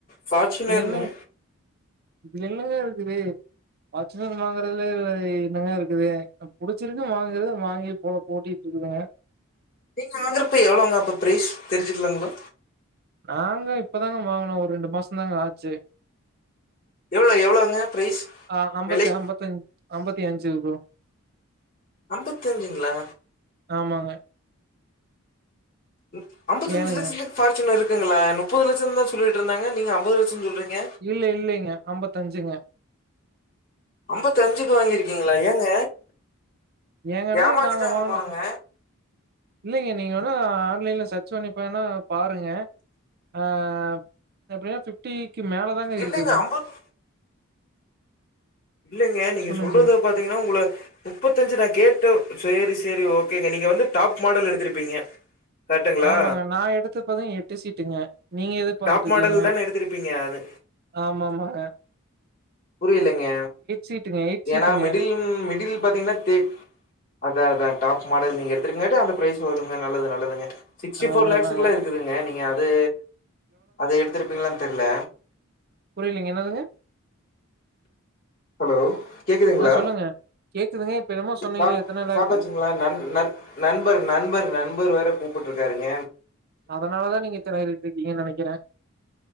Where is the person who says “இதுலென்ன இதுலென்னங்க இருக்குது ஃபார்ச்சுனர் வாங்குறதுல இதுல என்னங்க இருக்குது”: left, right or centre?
Right